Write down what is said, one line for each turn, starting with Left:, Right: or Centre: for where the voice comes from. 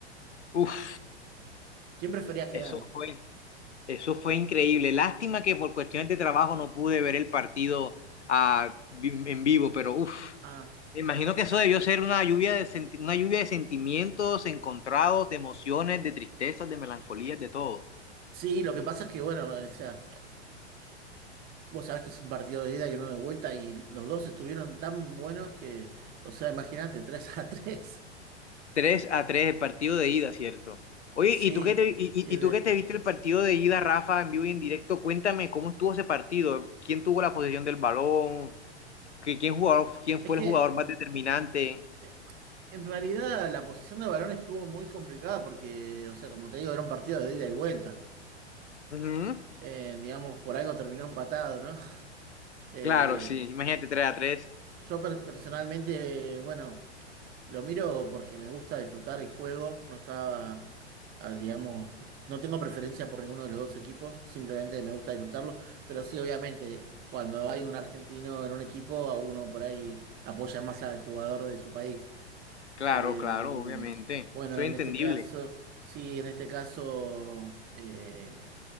Left: Uf,
Right: ¿Quién preferías que
Left: eso
Right: gane?
Left: fue, eso fue increíble. Lástima que por cuestiones de trabajo no pude ver el partido ah, vi- en vivo, pero uf.
Right: Ah,
Left: Me imagino que eso debió ser una lluvia de senti- una lluvia de sentimientos encontrados, de emociones, de tristezas, de melancolías, de todo.
Right: sí, lo que pasa es que, bueno, o sea, vos sabés que es un partido de ida y uno de vuelta y los dos estuvieron tan buenos que, o sea, imagínate, <laughs> 3 a 3.
Left: Tres a 3 el partido de ida, ¿cierto? Oye,
Right: Sí,
Left: ¿y tú qué te, y, y-
Right: y el-
Left: y tú qué te viste el partido de ida, Rafa, en vivo y en directo? Cuéntame cómo estuvo ese partido, quién tuvo la posesión del balón, ¿Qui- quién jugador, quién
Right: es
Left: fue
Right: que
Left: el jugador más determinante.
Right: eh, en realidad la posición de balón estuvo muy complicada porque, o sea, como te digo, era un partido de ida y vuelta.
Left: Ujú.
Right: Eh, digamos, por algo terminó empatado, ¿no? <laughs> Eh,
Left: Claro, sí, imagínate tres a tres.
Right: Yo per- personalmente, bueno, lo miro porque me gusta disfrutar el juego. No estaba, ah, digamos, no tengo preferencia por ninguno de los dos equipos, simplemente me gusta disfrutarlo. Pero sí, obviamente, cuando hay un argentino en un equipo, a uno por ahí apoya más al jugador de su país.
Left: Claro,
Right: Eh,
Left: claro, obviamente.
Right: bueno,
Left: Soy
Right: en
Left: entendible.
Right: este caso, sí, en este caso, eh,